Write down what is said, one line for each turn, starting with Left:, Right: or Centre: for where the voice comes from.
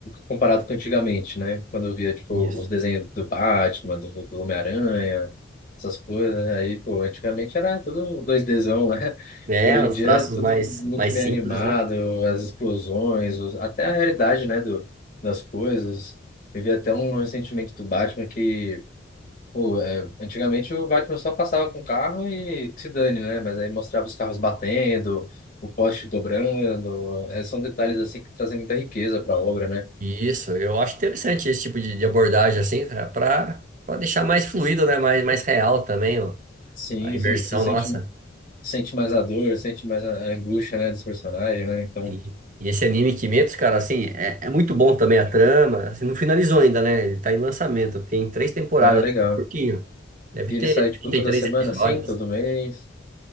Left: comparado com antigamente, né? Quando eu via, tipo,
Right: Isso.
Left: os desenhos do Batman, do, do Homem-Aranha, essas coisas, né? aí, pô, antigamente era tudo dois dzão né? <laughs>
Right: É,
Left: Hoje em
Right: os
Left: dia
Right: traços
Left: é tudo
Right: mais,
Left: muito
Right: mais
Left: bem
Right: simples,
Left: animado,
Right: né?
Left: as explosões, os- até a realidade, né, do, das coisas. Eu vi até um ressentimento do Batman que, pô, é, antigamente o Batman só passava com o carro e que se dane, né? Mas aí mostrava os carros batendo, o poste dobrando, é, são detalhes assim que trazem muita riqueza para a obra, né?
Right: Isso, eu acho interessante esse tipo de, de abordagem assim, para para deixar mais fluido, né, mais mais real também, ó,
Left: Sim,
Right: a imersão
Left: você você sente,
Right: nossa.
Left: sente mais a dor, sente mais a a angústia, né, dos personagens, né? Então,
Right: Sim. E esse anime Kimetsu, cara, assim, é, é muito bom também a trama, assim, não finalizou ainda, né? Ele tá em lançamento, tem três temporadas,
Left: é legal.
Right: assim, curtinho. Deve
Left: E
Right: ter
Left: ele sai, tipo,
Right: trinta
Left: toda
Right: e três
Left: semana,
Right: episódios.
Left: assim, todo mês?